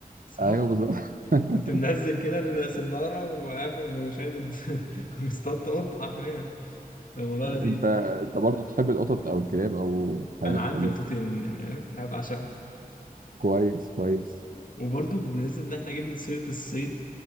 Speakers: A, on the left; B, on the right.
A: صح
B: ايوه بالظبط <laughs>
A: كنت منزل كده السناره وقافل وشادد <laughs> واصطدت قط حرفيا كان الموضوع لذيذ
B: انت انت برضه تحب القطط او الكلاب او الحيوانات
A: انا عندي
B: الاليفه
A: قطتين يعني عارف؟ انا بعشقهم
B: كويس كويس
A: وبرضو بالنسبة إن إحنا جبنا سيرة الصيد